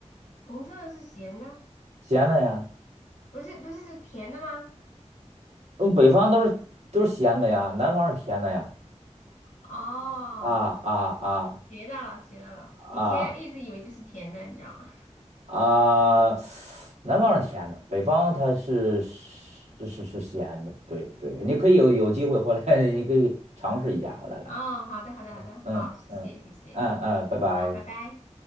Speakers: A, on the left; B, on the right.
A: 红烧肉是咸的，
B: 咸的呀。
A: 不是不是是甜的吗？
B: 嗯，北方都是都是咸的呀，南方是甜的呀。
A: 哦，
B: 啊啊啊
A: 学到了学到了，
B: 啊
A: 以前一直以为就是甜的，你知道吗？
B: 啊！南方是甜的，北方它是是是是咸的。对对，你可以有有机会回来，<laughs> 你可以尝试一下回来来。
A: <laughs> 哦，好的好的好的，
B: 嗯嗯嗯嗯，
A: 好，谢谢谢谢，
B: 拜拜。
A: 好，拜拜。